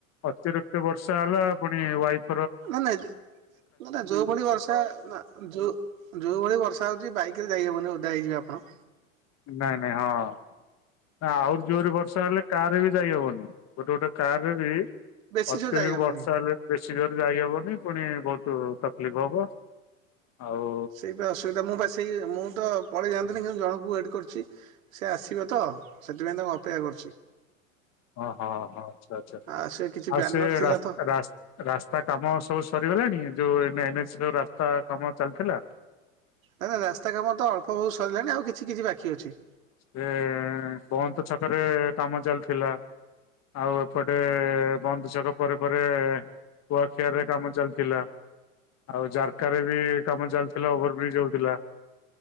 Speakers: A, on the left; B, on the right.
A: ଅତିରିକ୍ତ ବର୍ଷା ହେଲା ପୁଣି ୱାଇଫ-
B: ମାନେ ଜେ ମାନେ ଯୋଉ ଭଳି ବର୍ଷା ନା- ଯୋଉ ଯୋଉ ଭଳି ବର୍ଷା ହଉଛି ବାଇକ ରେ ଯାଇହବନି ଓଦା ହେଇଯିବେ ଆପଣ।
A: ନାଇଁ ନାଇଁ ହଁ, ଆହୁରି ନା ଜୋରେ ବର୍ଷା ହେଲେ କାରେ ବି ଯାଇହବନି। ଗୋଟେ ଗୋଟେ କାରରେ ବି
B: ବେଶୀ
A: ଅତ୍ୟଧିକ
B: ଜୋର ଯାଇହବନି।
A: ବର୍ଷା ହେଲେ ବେଶୀ ଜୋର ଯାଇହବନି ପୁଣି ବହୁତ ତକଲିଫ ହବ। ଆଉ
B: ସେଇ ବି ଅସୁବିଧା ମୁଁ ବାସ ସେ ମୁଁ ତ ପଳେଇ ଯାଆନ୍ତିନି କିନ୍ତ ଜଣଙ୍କୁ ୱେଟ୍ କରୁଛି। ସେ ଆସିବେ ତ। ସେଥିପାଇଁ ତାଙ୍କୁ ଅପେକ୍ଷା କରୁଚି।
A: ହଁ ହଁ ହଁ ଆଚ୍ଛା ଆଚ୍ଛା
B: ଆଉ ସେ କିଛି
A: ଆଉ
B: ବ୍ୟାନର
A: ସେ
B: ଥିଲା
A: ରାସ୍
B: ତ
A: ରାସ ରାସ୍ତା କାମ ସବୁ ସରିଗଲାଣି ଯୋଉ ଏନ୍ ଏନ୍ ଏଚ ସବୁ ରାସ୍ତା କାମ ଚାଲିଥିଲା।
B: ନା ନା ରାସ୍ତା କାମ ତ ଅଳ୍ପ ବହୁତ ସରିଲାଣି ଆଉ କିଛି କିଛି ବାକି ଅଛି।
A: ସେ ବହନ୍ତ ଛକରେ କାମ ଚାଲିଥିଲା। ଆଉ ଏପଟେ ବନ୍ଧୁ ଛକ ପରେ ପରେ କୁଆଖିଆରରେ କାମ ଚାଲିଥିଲା। ଆଉ ଜାରକାରେ ବି କାମ ଚାଲିଥିଲା। ଓଭରବ୍ରିଜ୍ ହଉଥିଲା।